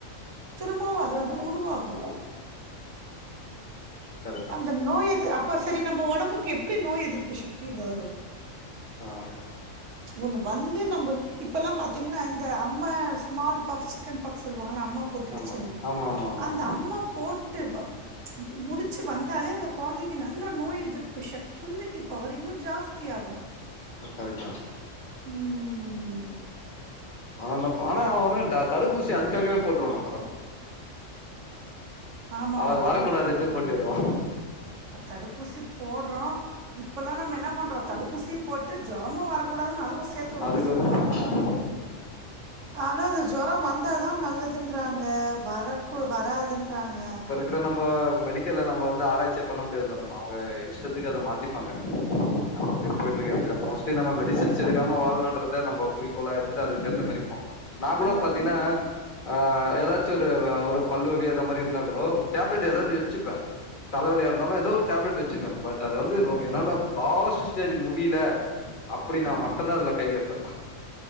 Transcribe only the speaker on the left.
கரெக்
ஆ
ஆமா ஆமா ஆமா ஆமா
ரொம்ப கரெக்ட் தா
ஆனப் ஆனா அவே ஒண்ணு டா தடுப்பூசி அதுக்காகவே போட்டுருமா மேடம்
அவர்
வரக்கூடாதுன்ட்டு போட்டுறோ
அதுக்கு
ஒரு
கிற நம்ம மெடிக்கல்ல நம்ம வந்து ஆராய்ச்சியா பண்ண முடியாது மேடம் அவுங்க இஷ்டத்துக்கு அத மாத்திப்பாங்க அ அப்டி போயிட்ருகே அப்டிதா மோஸ்லி நம்ம மெடிசன்ஸ் சு எடுக்காம வாழணுன்றத நம்போ குறிக்கோளா எடுத்துட்டு அதுக்கேத்த மாரி போனு நா
கூட பாத்தீனா
ஆ ஏதாச்சு ஒரு அ ஒரு பல்லு வலி அத மாரி இருந்தா கூடோ டேப்லெட் ஏதாது வச்சுப்பே தலவலியா இருந்தாலு ஏதோ ஒரு டேப்லெட் வச்சுப்பே பட் அத வந்து ரொ என்னால லாஸ்டு ஸ்டேஜு முடியில அப்டி நா மட்டுதா அதுல கை வப்பே